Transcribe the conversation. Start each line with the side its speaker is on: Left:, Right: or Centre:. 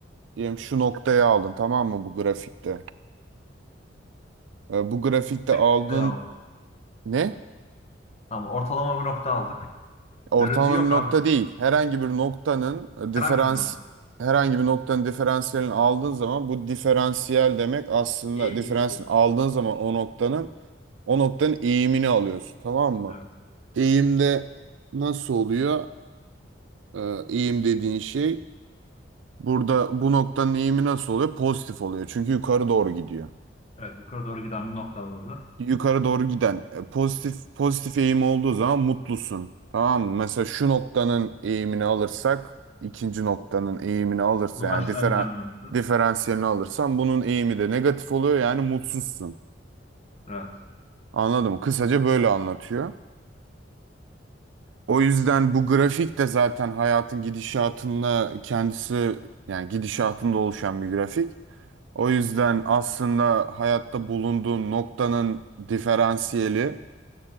Right: diyelim şu noktaya aldın tamam mı bu grafikte? E, bu grafikte
Left: Bir
Right: aldığın
Left: noktayı aldık.
Right: ne?
Left: Tamam. Ortalama bir nokta aldık.
Right: Ortalama
Left: Görüntü yok
Right: bir nokta
Left: abi.
Right: değil. Herhangi bir noktanın e, diferans
Left: Herhangi bir nokta.
Right: herhangi bir noktanın diferansiyelini aldığın zaman bu diferansiyel demek aslında
Left: Eğimi
Right: diferansiyelini
Left: gösteriyor.
Right: aldığın zaman o noktanın o noktanın eğimini alıyorsun tamam mı?
Left: Evet.
Right: Eğimde nasıl oluyor? e, eğim dediğin şey burada bu noktanın eğimi nasıl oluyor? Pozitif oluyor. Çünkü yukarı doğru gidiyor.
Left: Evet. Yukarı doğru giden bir nokta var orada.
Right: Yukarı doğru giden e, pozitif pozitif eğim olduğu zaman mutlusun. Tamam mı? Mesela şu noktanın eğimini alırsak ikinci noktanın eğimini alırsa
Left: Bu
Right: yani
Left: aşağı
Right: diferan,
Left: giden bir nokta.
Right: diferansiyelini alırsan bunun eğimi de negatif oluyor yani mutsuzsun.
Left: Evet.
Right: Anladın mı? Kısaca böyle anlatıyor. O yüzden bu grafik de zaten hayatın gidişatında kendisi yani gidişatında oluşan bir grafik. O yüzden aslında hayatta bulunduğun noktanın diferansiyeli